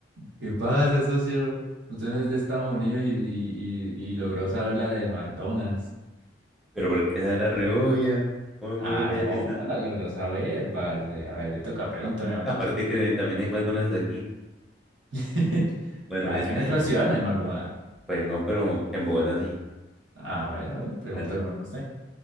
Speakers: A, on the right (about 75°); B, in the centre.
A: ¿Qué pasa, socio? Usted no es de Estados Unidos y, y, y, y logró saber la del McDonald's.
B: Pero porque esa era re obvia, ¿cómo,
A: Ah,
B: cómo iba a fallar
A: no,
B: esa?
A: pero la logró saber, parce. A ver, le toca, pregúntame,
B: A-
A: a ver.
B: Aparte que también hay McDonald's aquí.
A: <laughs>
B: Bueno,
A: Acá
B: este.
A: en nuestra ciudad no hay McDonald's.
B: Pues no, pero en Bogotá sí.
A: A ver, a ver, pregúntame,
B: Bueno,
A: no sé.